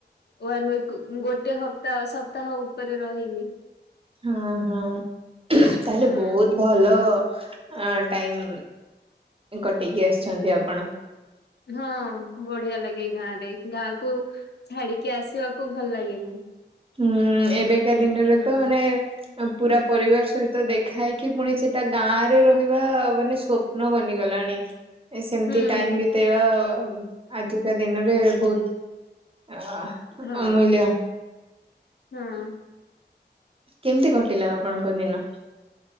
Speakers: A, on the left; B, on the right.
A: ୱନ୍ ୱିକୁ ଗୋଟେ ହପ୍ତାହ ସପ୍ତାହ ଉପରେ ରହିଲି।
B: ହଁ ହଁ ତାହେଲେ
A: ହୁଁ
B: ବହୁତ୍ ଭଲ। ଆଁ ଟାଇମ୍ କଟେଇକି ଆସିଚନ୍ତି ଆପଣ।
A: ହଁ ବଢିଆ ଲାଗେ ଗାଁରେ ଗାଁକୁ ଛାଡ଼ିକି ଆସିବାକୁ ଭଲ ଲାଗେନି।
B: ହୁଁ ଏବେକା ଦିନରେତ
A: ହୁଁ
B: ମାନେ ଆ ପୁରା ପରିବାର ସହିତ ଦେଖା ହେଇକି ପୁଣି ସେଟା ଗାଁରେ ରହିବା ମାନେ ସ୍ୱପ୍ନ ବନିଗଲାଣି। ଏ ସେମିତି
A: ହୁଁ
B: ଟାଇମ୍ ବି ତେବା ଆଜିକା ଦିନରେ ବହୁତ୍ ଅ
A: ହଁ
B: ଅମୂଲ୍ୟ
A: ହଁ
B: କେମିତି ଘଟିଲା ଆପଣଙ୍କ ଦିନ?